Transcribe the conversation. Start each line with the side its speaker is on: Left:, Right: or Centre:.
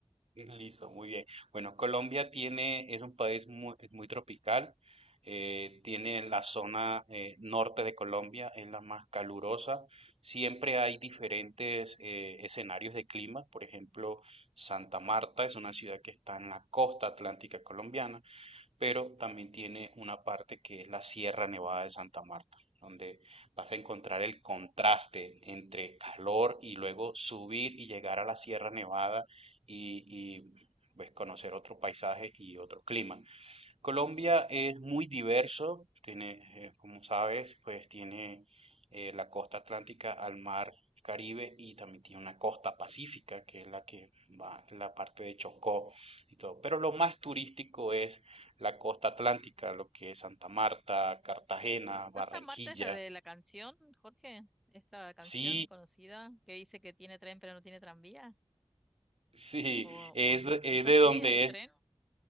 Right: <laughs> Listo, muy bien. Bueno, Colombia tiene, es un país muy, es muy tropical. eh, tiene la zona eh, norte de Colombia, es la más calurosa. Siempre hay diferentes eh, escenarios de clima. Por ejemplo, Santa Marta es una ciudad que está en la costa atlántica colombiana pero también tiene una parte que es la Sierra Nevada de Santa Marta, donde vas a encontrar el contraste entre calor y luego subir y llegar a la Sierra Nevada y, y, pues, conocer otro paisaje y otro clima. Colombia es muy diverso, tiene, eh, como sabes, pues tiene eh, la costa atlántica al mar Caribe y también tiene una costa pacífica, que es la que va en la parte de Chocó y todo. Pero lo más turístico es la costa atlántica, lo que es Santa Marta, Cartagena, Barranquilla.
Centre: Santa Marta es la de la canción, Jorge, esta canción
Right: Sí,
Centre: conocida que dice que tiene tren pero no tiene tranvía.
Right: sí,
Centre: ¿O,
Right: es
Centre: o n-
Right: de, es
Centre: es así?
Right: de donde
Centre: ¿Hay tren?